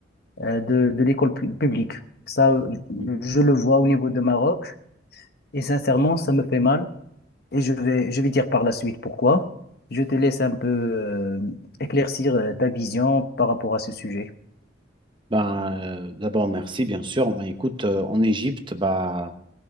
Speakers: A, on the left; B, on the right.
A: euh, de, de l'école pu- publique. Ça, euh,
B: mhm.
A: je le vois au niveau de Maroc. Et sincèrement, ça me fait mal et je vais, je vais dire par la suite pourquoi. Je te laisse un peu euh, éclaircir euh, ta vision par rapport à ce sujet.
B: Ben, euh, d'abord, merci, bien sûr. Ben, écoute, euh, en Égypte, bah,